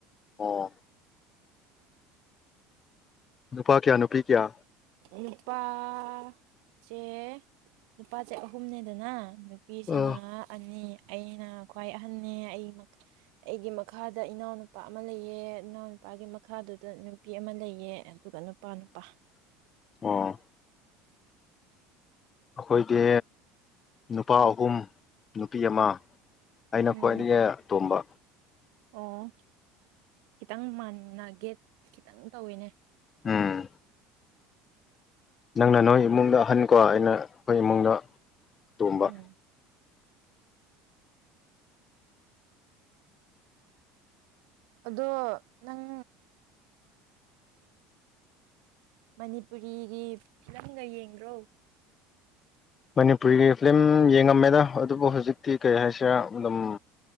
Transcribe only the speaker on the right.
ꯅꯨꯄꯥꯁꯦ ꯅꯨꯄꯥꯁꯦ ꯑꯍꯨꯝꯅꯦꯗꯅ ꯅꯨꯄꯤꯁꯤꯅ
ꯑꯅꯤ ꯑꯩꯅ ꯈ꯭ꯋꯥꯏ ꯑꯍꯟꯅꯤ ꯑꯩ ꯑꯩꯒꯤ ꯃꯈꯥꯗ ꯏꯅꯥꯎꯅꯨꯄꯥ ꯑꯃ ꯂꯩꯌꯦ ꯏꯅꯥꯎ ꯅꯨꯄꯥꯒꯤ ꯃꯈꯥꯗꯨꯗ ꯅꯨꯄꯤ ꯑꯃ ꯂꯩꯌꯦ ꯑꯗꯨꯒ ꯅꯨꯄꯥ ꯅꯨꯄꯥ
ꯎꯝ
ꯑꯣ ꯈꯤꯇꯪ ꯃꯥꯟꯅꯒꯦ ꯈꯤꯇꯪ ꯇꯧꯋꯤꯅꯦ
ꯎꯝ ꯑꯗꯣ ꯅꯪ ꯃꯅꯤꯄꯨꯔꯤꯒꯤ ꯐꯤꯂꯝꯒ ꯌꯦꯡ꯭ꯔꯣ